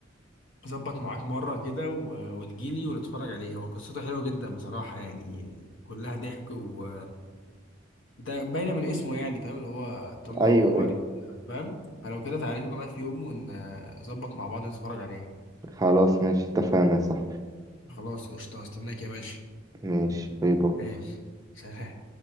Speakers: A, on the left; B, on the right.
A: اظبط معاك مره كده و... وتجيلي ونتفرج عليه هو قصته حلوه جدا بصراحه يعني كلها ضحك و ده باينه من اسمه يعني فاهم اللي هو طلقه
B: أيوه
A: وبعد
B: أيوه
A: كده فاهم فلو كده تعالى لي بقى في يوم ونظبط مع بعض نتفرج عليه
B: خلاص ماشي اتفقنا يا صاحبي
A: خلاص قشطه استناك يا باشا
B: ماشي باي باي
A: ماشي سلام